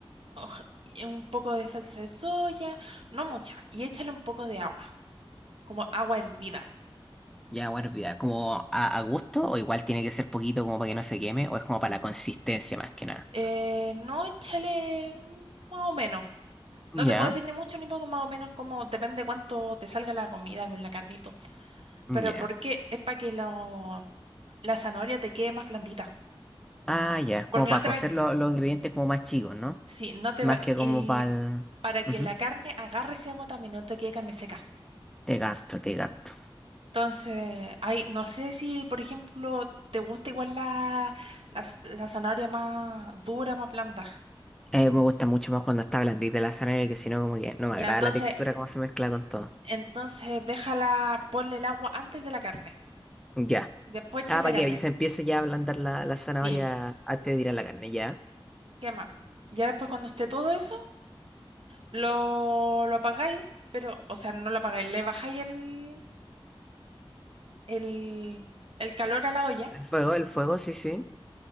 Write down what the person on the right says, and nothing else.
Oj, y un poco de salsa de soya, no mucha, y échale un poco de agua, como agua hervida.
Eh, no échale mm, más o menos. No
te puedo decir ni mucho ni poco, más o menos, como depende cuánto te salga la comida con la carnito. Pero
¿por qué? Es para que lo la zanahoria te quede más blandita,
porque
no te
va,
sí, no te
va,
y
para que
la carne agarre ese agua también, no te quede carne seca.
Entonces, ahí no sé si, por ejemplo, te gusta igual la, la, z- la zanahoria más dura, más blanda.
Ya,
entonces,
entonces déjala, ponle el agua antes de la carne
y después echar
la
carne.
Sí,
quema. Ya después cuando esté todo eso, lo, lo apagáis, pero, o sea, no lo apagáis, le bajáis el, el, el calor a la olla,